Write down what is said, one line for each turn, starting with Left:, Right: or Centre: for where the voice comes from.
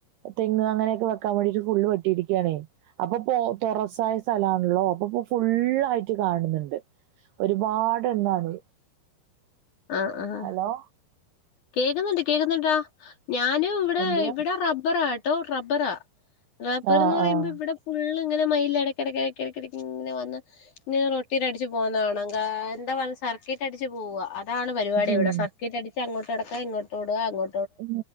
Right: തെങ്ങ് അങ്ങനൊക്കെ വെക്കാൻ വേണ്ടീട്ട് ഫുള്ള് വെട്ടിയിരിക്കാണേ. അപ്പൊ പോ തൊറസായ സ്ഥലാണല്ലോ അപ്പൊപ്പോ ഫുള്ളായിട്ട് കാണുന്നുണ്ട്. ഒരുപാട് എണ്ണാണ്,
Left: ആ ആ
Right: ഹലോ
Left: കേക്കുന്നുണ്ട് കേക്കുന്നുണ്ടാ ഞാനും ഇവിടെ
Right: എന്തുവാ
Left: ഇവിടെ റബ്ബറാ ട്ടോ റബ്ബറാ റബ്ബർന്ന്
Right: ആഹ്
Left: പറയുമ്പം
Right: ആഹ്
Left: ഇവിടെ ഫുള്ള്ങ്ങന മയില് എടക്കെടക്ക് എടക്കെടക്കിങ്ങനെ വന്ന് ഇങ്ങനെ റൊട്ടീറ്റ് അടിച്ച് പോകുന്ന കാണാം. കാ എന്താ വൺ സർക്കീട്ട് അടിച്ച് പോവാ. അ താണ് പരിപാടി
Right: ഉം
Left: ഇവടെ. സർക്കീറ്റടിച്ച് അങ്ങോട്ട് നടക്ക ഇങ്ങോട്ടോടാ അങ്ങോ
Right: ഉം